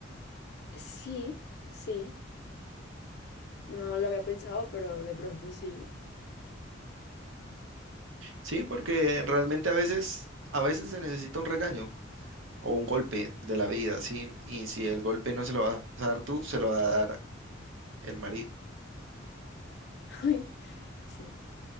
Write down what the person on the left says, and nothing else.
sí, sí, no lo había pensado, pero de pronto sí.
<laughs> Ay, Sí.